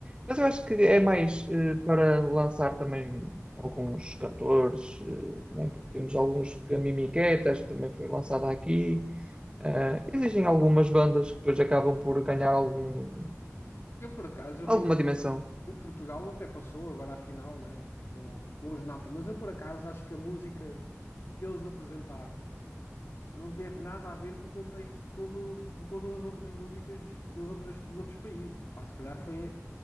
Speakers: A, on the right (about 20°); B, on the left (about 50°).
A: Mas eu acho que é mais eh, para lançar também alguns cantores, eh, né? temos alguns que a mimiqueta Mimiquetas também foi lançada aqui. Eh, existem algumas bandas que depois acabam por ganhar algum,
B: Eu, por acaso, eu
A: alguma
B: vi
A: dimensão.
B: P- Portugal até passou agora à final, né, com, com os Napa, mas eu, por acaso, acho que a música que eles apresentaram não teve nada a ver com o contexto todo de todas as outras músicas das outras, dos outros países. Pá, se calhar foi,